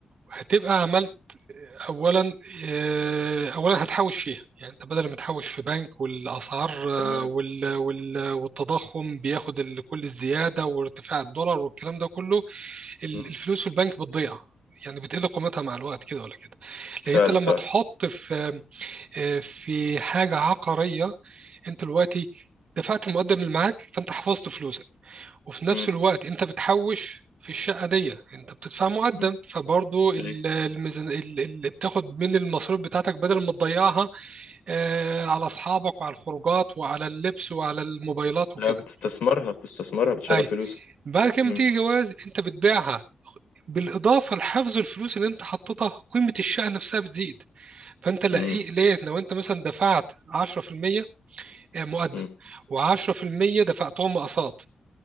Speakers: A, on the right (about 55°); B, on the left (about 85°).
A: هتبقى عملت اولا آه، اولا هتحوش فيها يعني انت بدل ما تحوش في بنك والاسعار آه،
B: تمام
A: وال وال والتضخم بياخد ال- كل الزياده وارتفاع الدولار والكلام ده كله ال-
B: م-
A: الفلوس في البنك بتضيع يعني بتقل قيمتها مع الوقت كده ولا كده
B: فعلا
A: لان انت لما
B: فعلا
A: تحط في آه، في حاجة عقارية انت دلوقتي دفعت المقدم اللي معاك فانت حفظت فلوسك وفي نفس
B: م-
A: الوقت انت بتحوش في الشقة دي انت بتدفع مقدم
B: م-
A: فبرضو ال-
B: أيوة
A: الميزان ال- اللي بتاخد من المصروف بتاعتك بدل ما تضيعها آه، على اصحابك وعلى الخروجات وعلى اللبس وعلى الموبايلات
B: لا
A: وكده
B: بتستثمرها بتستثمرها بتشغل
A: اي
B: فلوسك
A: بعد كده لما
B: م-
A: تيجي جواز انت بتبيعها بالاضافه لحفظ الفلوس اللي انت حطيتها قيمه الشقه نفسها بتزيد فانت لقيت
B: م-
A: ليه لو انت مثلا دفعت 10% آه، مقدم
B: م-
A: و10% دفعتهم مقاصات